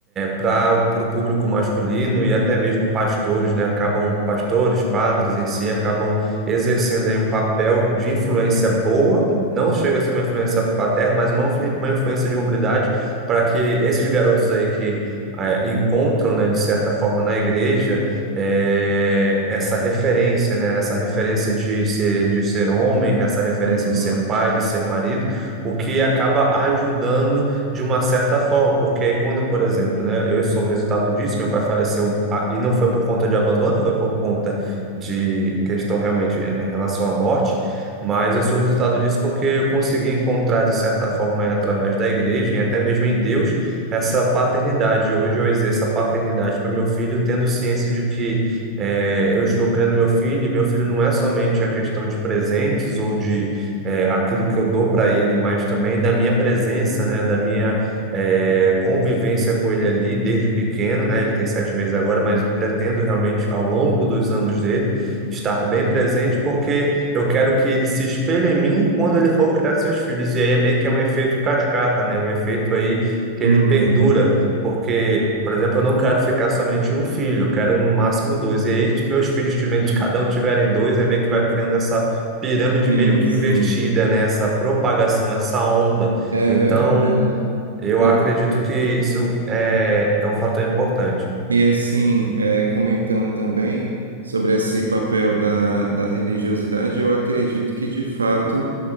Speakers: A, on the right; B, on the right.
A: para o público masculino e até mesmo pastores, né? Acabam, pastores, padres em si, acabam exercendo aí um papel de influência boa, não chega a ser uma influência paterna, mas uma, influ- uma influência de hombridade para que esses garotos aí que eh, encontram, né, de certa forma na igreja, eh, essa referência, né, essa referência de ser, de ser homem, essa referência
B: uhum,
A: de ser pai, de ser marido, o que acaba ajudando de uma certa forma, porque aí quando, por exemplo, né, eu sou o resultado disso, meu pai faleceu ah, e não foi por conta de abandono, foi por conta de questão realmente é, em relação à morte, mas eu sou resultado disso porque eu consegui encontrar, de certa forma, aí, através da igreja e até mesmo em Deus, essa paternidade. Hoje eu exerço a paternidade para o meu filho, tendo ciência de que eh, eu estou criando meu filho, e meu filho não é somente a questão de presentes ou de eh, aquilo que eu dou para ele, mas também da minha presença, né, da minha é, convivência com ele ali desde pequeno, né? Ele tem sete meses agora, mas eu pretendo realmente, ao longo dos anos dele, estar bem presente, porque eu quero que ele se espelhe em mim quando ele for criar seus filhos. E aí é meio que é um efeito cascata, né? Um efeito aí que
B: uhum.
A: ele perdura. Porque, por exemplo, eu não quero ficar somente em um filho, eu quero no máximo dois. E aí, se meus filhos, tiverem- cada um tiverem dois, é meio que vai criando essa pirâmide
B: Sim,
A: meio que
B: sim,
A: invertida, né? Essa propagação, essa onda.
B: é
A: Então,
B: verdade.
A: eu
B: E,
A: acredito
B: e-
A: que isso é, é um fator importante.
B: e, assim, é, comentando também sobre esse papel da, da religiosidade, eu acredito que de fato